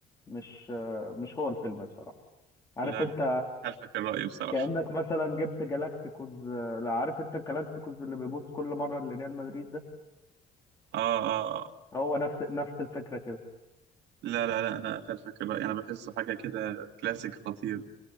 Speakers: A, on the left; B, on the right.
A: مش مش هو الفيلم بصراحة عارف
B: لا
A: انت
B: لا لا خلفك الرأي بصراحه
A: كأنك مثلا جبت جالاكتيكوز لا عارف انت الجالاكتيكوز اللي بيبص كل مرة لريال مدريد ده
B: اه اه آه.
A: هو نفس نفس الفكرة كده
B: لا لا لا انا خلفك الرأي انا بحسه حاجه كده كلاسيك خطير